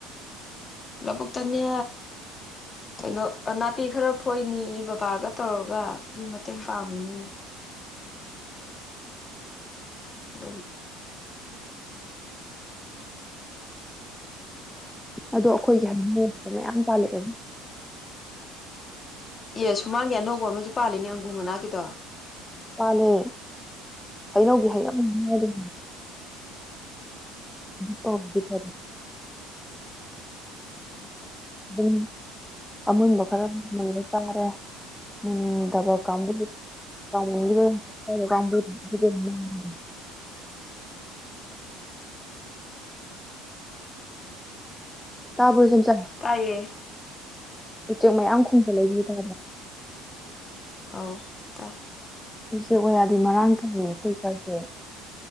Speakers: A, on the left (about 20°); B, in the centre.
A: ꯂꯧꯕꯨꯛꯇꯅꯦ ꯀꯩꯅꯣ ꯅꯥꯇꯤ ꯈꯔ ꯐꯣꯏꯅꯤ ꯕꯕꯥꯒ ꯇꯧꯔꯒ ꯑꯗꯨꯏ ꯃꯇꯦꯡ ꯄꯥꯡꯉꯨꯅꯦꯅ ꯑꯗꯨꯒꯤ
B: ꯑꯗꯣ ꯑꯩꯈꯣꯏꯒꯤ <unintelligible> ꯃꯌꯥꯝ ꯄꯥꯜꯂꯛꯑꯦ
A: ꯑꯦ ꯁꯨꯃꯥꯡꯒꯤ ꯑꯅꯧꯕ ꯑꯃꯁꯨ ꯄꯥꯜꯂꯦꯅꯦ ꯑꯪꯒꯨꯔ ꯃꯅꯥꯛꯀꯤꯗꯣ
B: ꯄꯥꯜꯂꯦ ꯍꯩꯅꯧꯒꯤ ꯍꯩꯅꯧ <unintelligible> ꯇꯗꯤꯔ <unintelligible> ꯕꯨꯝ ꯑꯃꯨꯟꯕ ꯈꯔ ꯃꯨꯜꯂꯇꯥꯥꯔꯦ <unintelligible> ꯇꯥꯕ꯭ꯔꯣ ꯁꯦꯝꯆꯥꯥꯟ
A: ꯇꯥꯏꯌꯦ
B: ꯎꯆꯦꯛ ꯃꯌꯥꯝ ꯈꯣꯡꯕ ꯂꯩ ꯇꯥ
A: ꯑꯧ ꯇꯥꯏ
B: ꯎꯆꯦ ꯑꯣꯌꯥꯗꯤ ꯃꯔꯥꯡ ꯀꯥꯏꯌꯧ ꯑꯩꯈꯣꯏ ꯁ꯭ꯋꯥꯏꯁꯦ